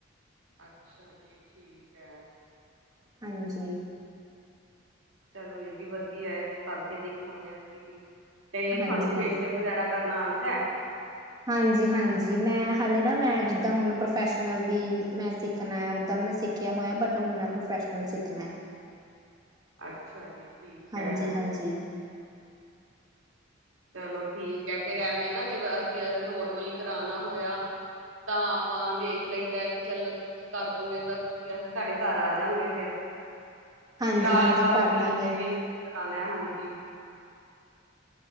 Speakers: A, on the right (about 85°); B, on the right (about 20°).
A: ਅੱਛਾ ਜੀ ਠੀਕ ਹੈ
B: ਹਾਂਜੀ
A: ਚਲੋ ਇਹ ਵੀ ਵਧੀਆ ਕਰਕੇ ਦੇਖਾਂਗੇ ਅਸੀਂ ਵੀ ਤੇ
B: ਹਾਂਜੀ,
A: ਤੁਹਾਨੂੰ ਫੇਸ਼ੀਅਲ ਵਗੈਰਾ ਕਰਨਾ ਆਂਦੇ
B: ਹਾਂਜੀ ਹਾਂਜੀ, ਮੈਂ ਹਾਲੇ ਨਾ ਮੈਂ ਜਿੱਦਾਂ ਹੁਨ ਪ੍ਰੋਫੈਸ਼ਨਲ ਵੀ ਮੈਂ ਸਿੱਖਨੇ ਓਦਾਂ ਮੈਂ ਸਿੱਖਿਆ ਹੋਇਆ ਬਟ ਹੁਨ ਮੈਂ ਪ੍ਰੋਫੈਸ਼ਨਲ ਸਿੱਖਨੇ
A: ਅੱਛਾ ਜੀ ਠੀਕ
B: ਹਾਂਜੀ-ਹਾਂਜੀ,
A: ਹੈ ਚਲੋ ਠੀਕ ਹੈ, ਫਿਰ ਐਵੇਂ ਏ ਨਾ ਜਿਵੇਂ ਅਸੀਂ ਅ ਨੋਰਮਲੀ ਕਰਾਨਾ ਹੋਇਆ ਤਾਂ ਆਪਾਂ ਦੇਖ ਲਈਦੇ ਕਿ ਚੱਲ ਤੁਸੀਂ ਕਰ ਦੋਗੇ ਤਾਂ ਤੁਸੀਂ ਅਸੀਂ ਸਾਡੇ ਘਰ ਆ ਜਾਗੇ ਫਿਰ
B: ਹਾਂਜੀ-ਹਾਂਜੀ
A: ਫਿਲਹਾਲ ਆਪਾਂ ਰੂਟੀਨ
B: ਕਰ ਦਾਂਗੇ।
A: ਦੇ ਵਿੱਚ ਜਾਨੇ ਹਾਂਜੀ